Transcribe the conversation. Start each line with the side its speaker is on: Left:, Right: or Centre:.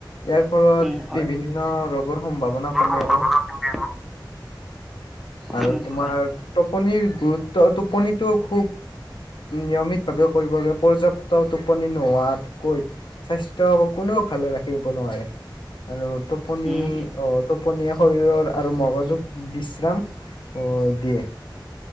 Left: ইয়াৰ ফলত
Centre: উম হয়
Left: বিভিন্ন ৰোগৰ সম্ভাৱনা কমে
Centre: সম্ভাৱনা
Left: আৰু।
Centre: কমে
Left: আৰু
Centre: উম
Left: তোমাৰ
Centre: হয়
Left: টোপনিৰ গুৰুত্ব টোপনিটো খুব নিয়মিত ভাৱে কৰিব পৰ্যাপ্ত টোপনি নোহোৱাতকৈ। স্বাস্থ্য কোনেও ভালে ৰাখিব নোৱাৰে, আৰু টোপনি
Centre: উম
Left: অ', - টোপনিয় শৰীৰৰ আৰু মগজুক বিশ্ৰাম, দিয়ে।